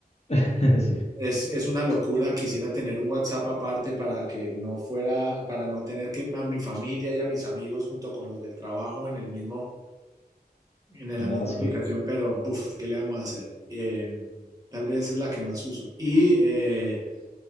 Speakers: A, on the left; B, on the right.
A: <laughs> Sí.
B: es, es una locura. Quisiera tener un WhatsApp aparte para que no fuera, para no tener que a mi familia y a mis amigos junto con los del trabajo en el mismo, en
A: No,
B: la misma
A: sí.
B: aplicación, pero buf, ¿qué le vamos a hacer? Eh, tal vez es la que más uso. Y eh,